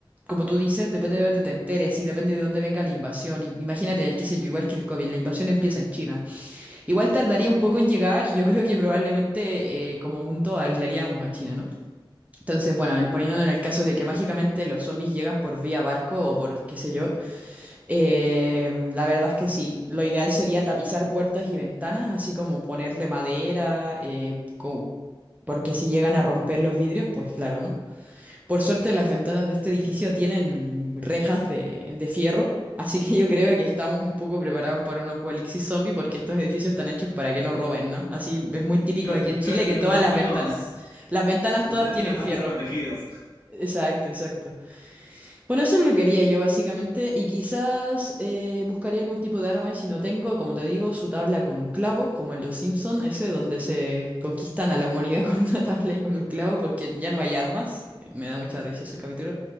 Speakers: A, on the right; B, on the left.
A: como tú dices, depende de dónde te enteres y depende de dónde venga la invasión. Y Imagínate, el, qué sé yo, igual que el COVID, la invasión empieza en China. Igual tardaría un poco en llegar y yo creo que probablemente eh, como mundo aislaríamos a China, ¿no? Entonces, bueno, en- poniéndolo en el caso de que mágicamente los zombies llegan por vía barco o por qué sé yo, eh, la verdad es que sí, lo ideal sería tapizar puertas y ventanas, así como ponerle madera, eh, con- porque si llegan a romper los vidrios, pues claro, ¿no? Por suerte las ventanas de este edificio tienen rejas de, de fierro, así que <laughs> yo creo que estamos un poco preparados para un apocalipsis zombie porque estos edificios están hechos para que no roben, ¿no? Así es muy típico
B: Los,
A: aquí en
B: lo-
A: Chile
B: los
A: que todas
B: latinos
A: las ventanas, las ventanas
B: Los
A: todas
B: latinos
A: tienen
B: estamos
A: fierro.
B: protegidos.
A: Exacto, exacto. Bueno, eso es lo que haría yo básicamente y quizás eh, buscaría algún tipo de arma y si no tengo, como te digo, su tabla con un clavo, como en Los Simpson, ese donde se conquistan a la humanidad <laughs> con una tabla y con un clavo porque ya no hay armas. Eh, Me da mucha risa ese capítulo.